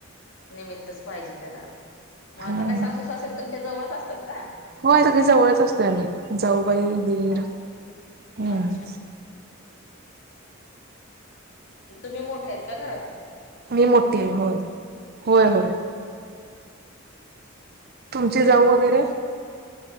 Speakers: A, on the left (about 65°); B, on the right (about 50°).
A: निमित्तच पाहिजे त्याला मग
B: हम्म.
A: आता काही सासू सासरीे तुमच्या जवळच असतात. का?
B: होय, सगळी जवळच असतोय आम्ही जाऊबाई, दीर
A: अच्छा.
B: हम्म.
A: अच्छा. तुम्ही मोठ्या आहेत का घरात?
B: मी मोठी होय होय होय. तुमची जाऊ वगैरे?